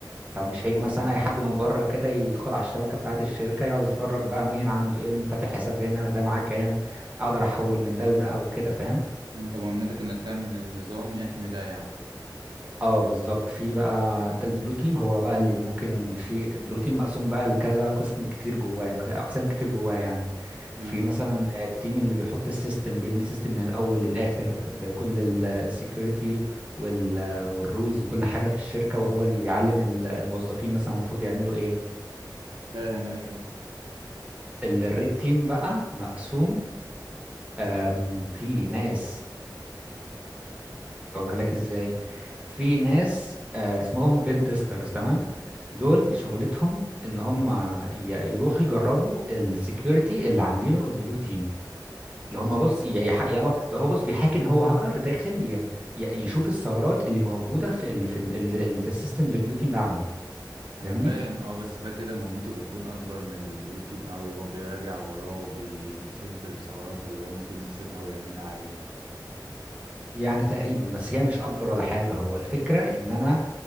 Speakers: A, on the right; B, on the right.
A: فمش هيجي
B: بالظبط
A: مثلا اي حد من بره كده يدخل على الشبكه بتاعه الشركه يقعد يتفرج بقى مين عنده ايه ومين فاتح حساب هنا ده معاه كام اقدر احول من ده لده او كده فاهم
B: انت مهمتك انك تعمل نظام يحمي ده يعني
A: اه بالظبط في بقى ده البروتين هو بقى اللي ممكن في البروتين مقسوم بقى لكذا قسم كتير جواه ك- اقسام كتير جواه يعني
B: اه
A: في مثلا التيم اللي بيحط السيستم بيبني السيستم من الاول للاخر بكل السكيورتي والرولز وكل حاجه في الشركه وهو اللي بيعلم ال- الموظفين مثلا المفروض يعملوا ايه
B: فاهم ايوه
A: الريد تيم بقى مقسوم آم، في ناس اقولها لك ازاي في ناس آه، اسمهم بين تيسترز تمام دول شغلتهم ان هم ي- يروحوا يجربوا السكيورتي اللي عاملينه البلو تيم اللي
B: بس
A: هم بص
B: كده
A: ي- يح... يعني هو هو بص بيحاكي ان هو هاكر داخل ي... ي- يشوف الثغرات اللي موجوده في ال... في ال... ال- في السيستم اللي البلو تيم ده عمله فاهمني
B: انا فاهم اه بس ده كده مهمته بتكون اكبر من البروتين قوي هو بيراجع وراه بي... بيسد الثغرات اللي هو ممكن يسيبها ويعملها عادي
A: يعني تقريبا بس هي مش اكبر ولا حاجه هو الفكره ان انا